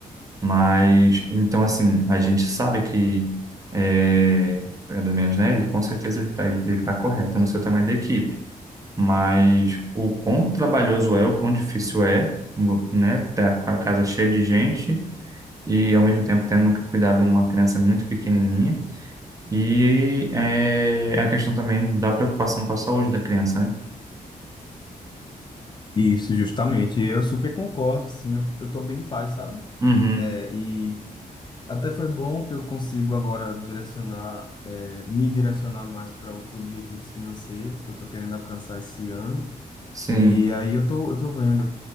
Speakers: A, on the right; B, on the left.
A: Mas, então, assim, a gente sabe que, é, pelo menos, né? Ele, com certeza ele está ele tá correto no seu tamanho da equipe. Mas o quão trabalhoso é, o quão difícil é, né? Tá com a casa cheia de gente e, ao mesmo tempo, tendo que cuidar de uma criança muito pequenininha. E é, a questão também da preocupação com a saúde da criança, né?
B: Isso, justamente. Eu super concordo, sim. Eu, eu tô bem em paz, sabe?
A: Uhum,
B: É, e Até foi bom, porque eu consigo agora direcionar, eh, me direcionar mais para outros objetivos financeiros que eu estou querendo alcançar esse ano.
A: sim.
B: E aí eu tô, eu tô vendo.